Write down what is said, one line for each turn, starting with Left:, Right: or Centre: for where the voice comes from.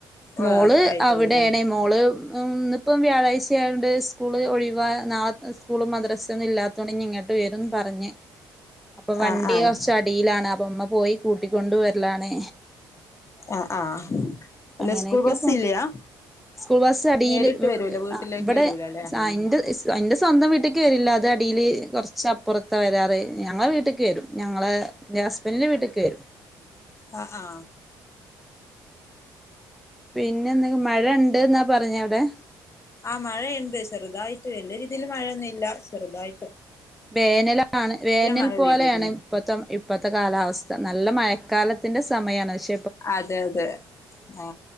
Left: ഓ
Centre: മോള്
Left: അത്ര ആയിട്ടുള്ളൂല്ലേ
Centre: അവിടേണേ മോള് ഇന്നിപ്പം വ്യാഴാഴ്ച്ച ആയൊണ്ട് സ്കൂള് ഒഴിവാ നാളെ സ്കൂള് മദ്രസാെന്നും ഇല്ലാത്തോണ്ട് ഇന്നി ഇങ്ങ ങ്ങട്ട് വരുംന്ന് പറഞ്ഞ് അപ്പൊ വണ്ടി
Left: ആഹ് ആഹ്
Centre: കൊറ്ച്ച് അടിയിലാണ് അപ്പൊ മ്മ പോയി കൂട്ടിക്കൊണ്ട് വരലാണ്
Left: ആഹ് ആഹ് അല്ല
Centre: അങ്ങനെയൊക്കെ
Left: സ്കൂൾ ബസ്
Centre: പോണ്
Left: ഇല്ലയാ
Centre: സ്കൂൾ ബസ്സ് അടിയില്
Left: നേരിട്ട് വരൂല വീട്ടിലേക്ക്
Centre: ഇവടെ
Left: വരൂല അല്ലേ
Centre: ന്റെ എന്റെ സ്വന്തം വീട്ടിൽ വരില്ല അത് ടിയില് കൊർ ർച്ച് അപ്പുറത്താ വരാറ് ഞങ്ങളെ വീട്ടിക്ക് വരും ഞങ്ങളെ ന്റെ ഹസ്ബന്റിന്റെ വീട്ടിക്ക് വരും
Left: അ ആ
Centre: പിന്നെ എന്തെക്കെ മഴണ്ട്ന്നാ പറഞ്ഞെ അവ്ടെ
Left: ആ മഴയ്ണ്ട് ചെറ്തായിട്ട് വല്യ രീതിയിൽ മഴയൊന്നും ഇല്ല ചെറുതായി
Centre: വേനലാണ് വേനൽ
Left: മഴ
Centre: പോലെയാണ്
Left: പെയ്തിരുന്നു
Centre: ഇപ്പത്തെ ഇപ്പത്തെ കാലാവസ്ഥ നല്ല മയ ക്കാലത്തിന്റെ സമയാണ് പക്ഷേ
Left: അതെ അതെ ആ